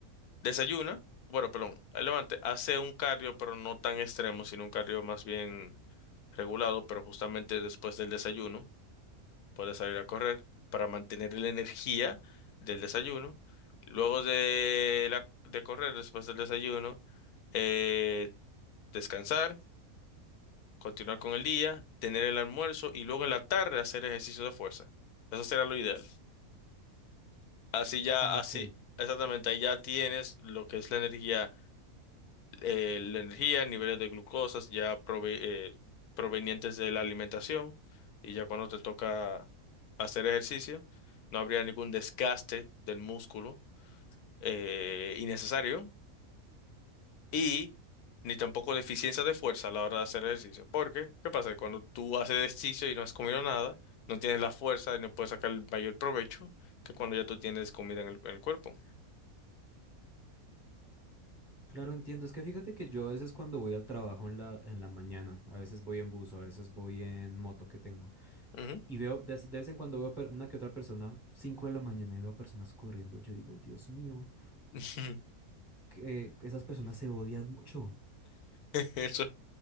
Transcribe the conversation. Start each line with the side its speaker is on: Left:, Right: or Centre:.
Left: Desayuna, bueno, perdón, el levante hace un cardio, pero no tan extremo, sino un cardio más bien regulado, pero justamente después del desayuno puede salir a correr para mantener la energía del desayuno. Luego de, la, de correr, después del desayuno, eh, descansar, continuar con el día, tener el almuerzo y luego en la tarde hacer ejercicio de fuerza. Eso será lo ideal. Así ya,
Centre: Ah,
Left: así,
Centre: ok.
Left: exactamente, ahí ya tienes lo que es la energía eh, la energía, niveles de glucosas ya prove- eh, provenientes de la alimentación y ya cuando te toca hacer ejercicio, no habría ningún desgaste del músculo eh, innecesario y ni tampoco deficiencia de fuerza a la hora de hacer ejercicio. Porque, ¿qué pasa? Cuando tú haces ejercicio y no has comido nada, no tienes la fuerza y no puedes sacar el mayor provecho que cuando ya tú tienes comida en el, en el cuerpo.
Centre: Claro, entiendo. Es que fíjate que yo a veces cuando voy al trabajo en la, en la mañana, a veces voy en bus, a veces voy en moto que tengo.
Left: Ujú.
Centre: Y veo, de, de vez en cuando veo per- una que otra persona, 5 de la mañana, y veo personas corriendo. Yo digo, Dios mío,
Left: <laughs>
Centre: que esas personas se odian mucho
Left: Eso,